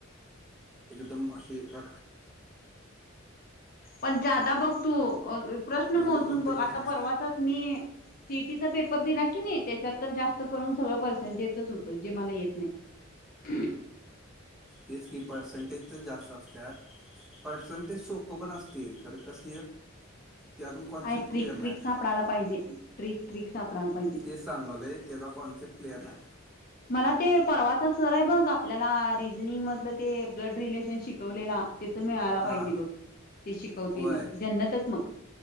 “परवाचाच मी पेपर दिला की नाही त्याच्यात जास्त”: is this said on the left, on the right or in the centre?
Left